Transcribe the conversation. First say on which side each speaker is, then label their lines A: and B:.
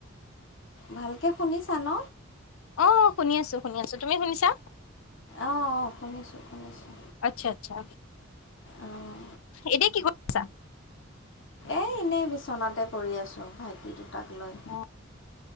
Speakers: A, on the left (about 65°); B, on the left (about 80°).
A: ভালকে শুনিছা ন?
B: অ', শুনি আছো শুনি আছো তুমি শুনিছা?
A: অ', অ' শুনিছোঁ শুনিছোঁ।
B: আচ্ছা আচ্ছা
A: অঁ
B: এতিয়া কি কৰিছা
A: এই এনেই বিচনাতে পৰি আছোঁ ভাইটি দুটাক লৈ।
B: অ